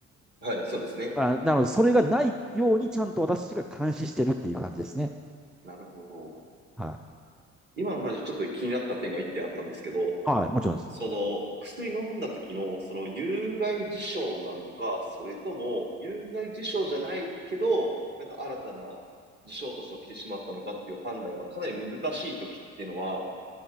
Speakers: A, on the right; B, in the centre.
A: はい、そうですね。
B: あ、なので、それがないようにちゃんと私が監視してるっていう感じですね。
A: なるほど。
B: はい。
A: 今の話、ちょっと気になった点が一点あったんですけど、
B: はい、もちろんです。
A: その薬飲んだ時のその有害事象なのか、それとも有害事象じゃないけど、なんか新たな事象として起きてしまったのかっていう判断がかなり難しい時っていうのは、